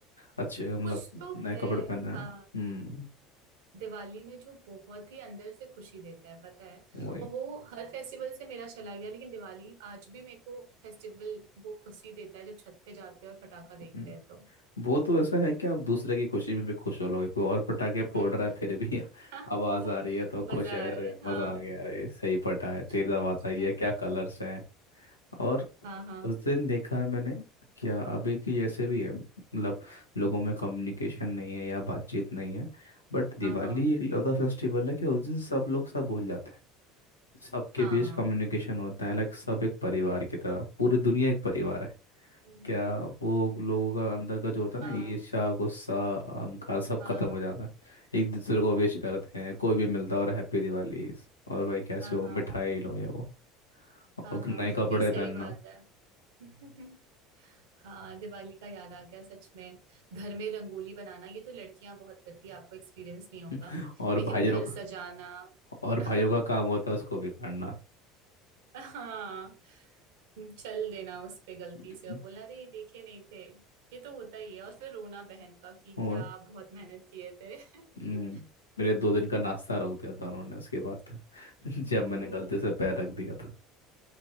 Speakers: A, on the left (about 85°); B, on the right (about 65°).
A: अच्छे मतलब
B: कुछ तो
A: नए
B: है
A: कपड़े पहनना
B: हाँ
A: हम्म
B: दिवाली में जो बहुत ही अंदर से खुशी देता है पता है
A: वही
B: और वो हर फेस्टिवल से मेरा चला गया लेकिन दिवाली आज भी मेरे को फेस्टिवल वो खुशी देता है जब छत पे जाते हैं और पटाखा देखते
A: हम्म,
B: हैं तो
A: वो तो ऐसा है कि आप दूसरे की खुशी में भी खुश हो लोगे कोई और पटाखे फोड़
B: हम्म
A: रहा
B: हम्म
A: है फिर भी <laughs>
B: <laughs> हाँ,
A: आवाज आ रही है तो
B: मजा
A: खुश है
B: आ रहा
A: अरे
B: है हाँ
A: मजा आ गया अरे सही पटा है तेज
B: सच
A: आवाज आई
B: में
A: है क्या कलर्स हैं और
B: हाँ हाँ
A: उस दिन देखा है मैंने क्या अभी की जैसे भी है मतलब लोगों में कम्युनिकेशन नहीं है या बातचीत नहीं है बट दिवाली
B: हाँ हाँ
A: एक लौता फेस्टिवल है कि उस दिन सब लोग सब भूल जाते हैं सबके
B: हाँ
A: बीच कम्युनिकेशन होता है लाइक सब एक परिवार की तरह पूरी दुनिया एक परिवार है
B: हम्म,
A: क्या वो लोगों का अंदर का जो होता है ना
B: हाँ
A: ईर्ष्या गुस्सा अहंकार सब
B: हाँ
A: खत्म हो जाता है एक दूसरे को विश करते हैं कोई भी मिलता है और हैप्पी दिवाली और भाई कैसे
B: हाँ
A: हो
B: हाँ हाँ
A: मिठाई लो ये वो और
B: हाँ हाँ।
A: नए कपड़े
B: नहीं सही
A: पहनना
B: बात है <laughs> हाँ दिवाली का याद आ गया सच में घर में रंगोली बनाना ये तो लड़कियां बहुत करती है आपको एक्सपीरियंस नहीं होगा
A: <laughs> और
B: लेकिन
A: भाइयों
B: घर
A: का
B: सजाना
A: और
B: <laughs>
A: भाइयों का काम होता है उसको बिगाड़ना
B: हाँ चल देना उस पे गलती
A: <laughs>
B: से और बोलना अरे ये देखे नहीं थे ये तो होता ही है और फिर रोना बहन का कि
A: और
B: क्या आप बहुत मेहनत किए थे <laughs>
A: हम्म, मेरे दो दिन का नाश्ता रोक दिया था उन्होंने उसके बाद <laughs> जब मैंने
B: ओह
A: गलती से पैर रख दिया था